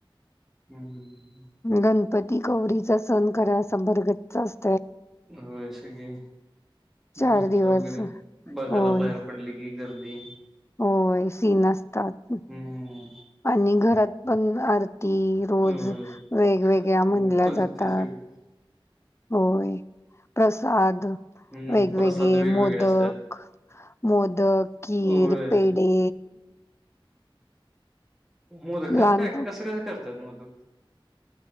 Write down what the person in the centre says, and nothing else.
हम्म
होस की
मुर्त्या
वगैरे बघायला
बाहेर पडले कि ग- दी
हम्म
होय
मग खुलते
सगळी
हम्म
प्रसाद वेगवेगळे
असतात
होय
मोदकाच
काय कसं कसं करत्यात. <unintelligible>